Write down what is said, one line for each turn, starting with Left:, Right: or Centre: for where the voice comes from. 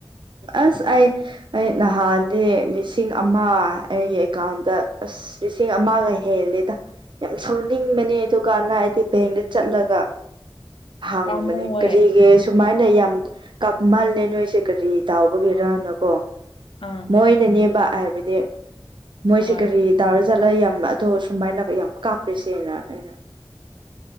Right: ꯑꯁ ꯑꯩ ꯑꯩ ꯅꯍꯥꯟꯗꯤ ꯂꯤꯁꯤꯡ ꯑꯃ ꯑꯩꯒꯤ ꯑꯦꯀꯥꯎꯟꯗ ꯑꯁ ꯂꯤꯁꯤꯡ ꯑꯃꯒ ꯍꯦꯜꯂꯦꯗ ꯌꯥꯝ ꯁꯥꯎꯅꯤꯡꯕꯅꯦ ꯑꯗꯨꯀꯥꯟꯗ ꯍꯥꯏꯗꯤ ꯕꯦꯡꯗ ꯆꯠꯂꯒ꯫ ꯍꯥꯡꯕꯅꯦ
Left: ꯄꯥꯝꯃꯨꯌꯦ
Right: ꯀꯔꯤꯒꯤ ꯁꯨꯃꯥꯏꯅ ꯌꯥꯝ ꯀꯞꯃꯜꯂꯦ ꯅꯣꯏꯁꯦ ꯀꯔꯤ ꯇꯥꯎꯕꯒꯤꯔꯅ ꯀꯣ꯫
Left: ꯑꯥ꯫
Right: ꯃꯣꯏꯅꯅꯦꯕ ꯍꯥꯏꯕꯗꯤ ꯃꯣꯏꯁꯦ
Left: ꯍꯣꯏ
Right: ꯀꯔꯤ ꯇꯧꯔ ꯆꯠꯂ ꯌꯥꯝ ꯑꯗꯣ ꯁꯨꯃꯥꯏꯅ ꯌꯥꯝ ꯀꯥꯞꯄꯤꯔꯤꯁꯦꯅ ꯑꯩꯅ꯫